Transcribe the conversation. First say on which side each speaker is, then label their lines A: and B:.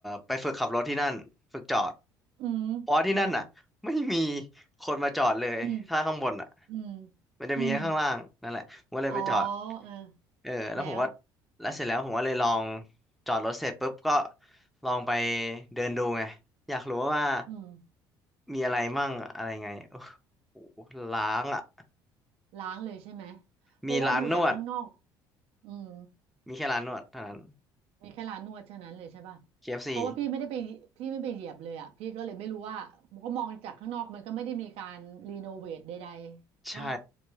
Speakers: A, in the centre; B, on the right.
A: ไปฝึกขับรถที่นั่นฝึกจอด
B: อืมอืม
A: เพราะว่าที่นั่นอ่ะไม่มีคนมาจอดเลยถ้าข้างบนอ่ะ
B: อืมอืม
A: มันจะมีแค่ข้างล่างนั่นแหละผมก็เลยไปจอด
B: อืมอ๋อเออ
A: เออแล้วผมก็
B: แล้ว
A: แล้วเสร็จแล้วผมก็เลยลองจอดรถเสร็จปุ๊บก็ลองไปเดินดูไงอยากรู้ว่า
B: อืม
A: มีอะไรมั่งอะไรไงโอ้โหล้างอ่ะ
B: ล้างเลยใช่ไหมเพราะว่าดูจากข้างนอก
A: มีร้านนวด
B: อืม
A: มีแค่ร้านนวดเท่านั้น
B: มีแค่ร้านนวดเท่านั้นเลยใช่ป่ะ
A: KFC
B: เพราะว่าพี่ไม่ได้ไปพี่ไม่ไปเหยียบเลยอ่ะพี่ก็เลยไม่รู้ว่าเพราะมองจากข้างนอกมันก็ไม่ได้มีการรีโนเวทใดๆก็
A: ใช่